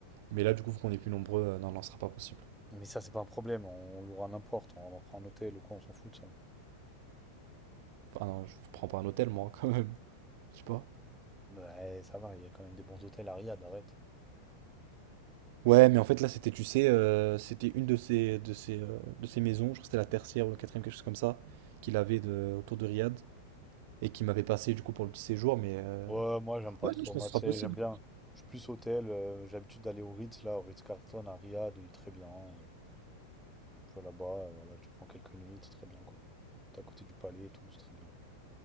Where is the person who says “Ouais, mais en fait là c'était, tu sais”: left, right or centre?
Right